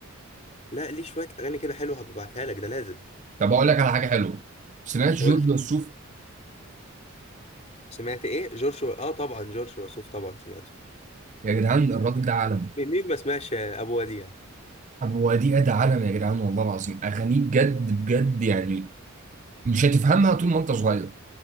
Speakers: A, on the left; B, on the right.
A: لا ليه شويه اغاني كده حلوه هبعتها لك ده لازم
B: طب اقول لك على حاجه حلوه سمعت جورج
A: قول لي
B: وسوف
A: سمعت ايه جورج و... اه طبعا جورج وسوف طبعا سمعته
B: يا جدعان الراجل ده عالم
A: مين مين ما سمعش آه، ابو وديع
B: هو دي أدى عالم يا جدعان والله العظيم أغانيه بجد بجد يعني مش هتفهمها طول ما أنت صغير